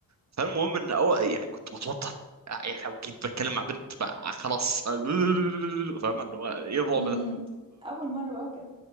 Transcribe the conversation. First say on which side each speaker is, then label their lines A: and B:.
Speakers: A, on the right (about 50°); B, on the right (about 15°).
A: فالمهم ان أو يعني كنت بتوتر يعني لو جيت بتكلم مع بنت بقى خلاص <laughs> فاهم اللي هو ايه الرعب
B: مم.
A: ده
B: اول مره بقى كده